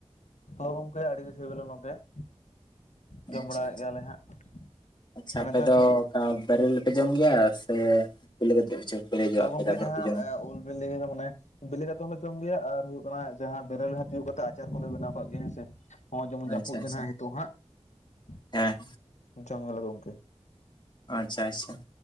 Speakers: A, on the left; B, on the left.
A: ᱦᱳᱭ ᱜᱚᱝᱠᱮ ᱟᱹᱰᱤ ᱜᱮ ᱥᱤᱵᱤᱞᱟ ᱜᱚᱝᱠᱮ ᱾ ᱡᱚᱢ
B: ᱟᱪᱪᱷᱟ
A: ᱵᱟᱲᱟᱭᱮᱫ
B: ᱟᱪᱪᱷᱟ
A: ᱜᱮᱭᱟᱞᱮ ᱦᱟᱸᱜ <inaudible>
B: ᱟᱪᱪᱷᱟ
A: ᱟᱨ
B: ᱟᱯᱮ
A: ᱱᱮᱛᱟᱨ
B: ᱫᱚ
A: ᱯᱷᱟᱥ
B: ᱵᱮᱨᱮᱞ ᱯᱮ ᱡᱚᱢ ᱜᱮᱭᱟ ᱥᱮ ᱵᱮᱞᱮ ᱠᱟᱛᱮᱜ ᱦᱚᱪᱚ ᱵᱮᱞᱮ ᱚᱪᱚᱣᱟᱜ-ᱟ
A: ᱛᱚ ᱜᱚᱢᱠᱮ
B: ᱯᱮ ᱛᱟᱯᱚᱨ
A: ᱡᱟᱦᱟᱸ
B: ᱯᱮ ᱡᱚᱢᱟ?
A: ᱩᱞ ᱵᱤᱞᱤ ᱫᱚ ᱢᱟᱱᱮ ᱵᱮᱞᱮ ᱠᱟᱛᱮ ᱦᱚᱸᱞᱮ ᱡᱚᱢ ᱜᱮᱭᱟ ᱟᱨ ᱦᱩᱭᱩᱜ ᱠᱟᱱᱟ ᱡᱟᱦᱟᱸ ᱵᱮᱨᱮᱞ ᱛᱤᱭᱳᱜ ᱠᱟᱛᱮᱜ ᱟᱪᱟᱨ ᱠᱚᱦᱞᱮ ᱵᱮᱱᱟᱣ ᱠᱟᱜ ᱜᱮᱭᱟ ᱦᱮᱸᱥᱮ ᱾ ᱦᱚᱸᱜᱚᱭ ᱡᱮᱢᱚᱱ
B: ᱟᱪᱪᱷᱟ
A: ᱡᱟᱹᱯᱩᱫ
B: ᱟᱪᱪᱷᱟ
A: ᱫᱤᱱ ᱱᱟᱜ ᱱᱤᱛᱚᱜ ᱦᱟᱸᱜ
B: ᱦᱮᱸ
A: <inaudible> ᱡᱚᱢ ᱟᱞᱮ ᱜᱚᱝᱠᱮ ᱾
B: ᱟᱪᱪᱷᱟ ᱟᱪᱪᱷᱟ ᱾